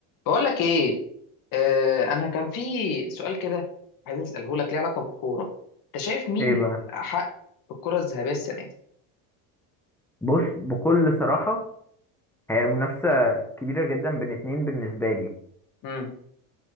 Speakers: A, on the left; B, in the centre.
A: بقول لك ايه آه انا كان في سؤال كده عايز اساله لك ليه علاقه بالكوره انت شايف مين
B: ايه بقى
A: حق بالكره الذهبيه السنه دي
B: بص بكل صراحة هي المنافسة كبيرة جدا بين اتنين بالنسبة لي
A: امم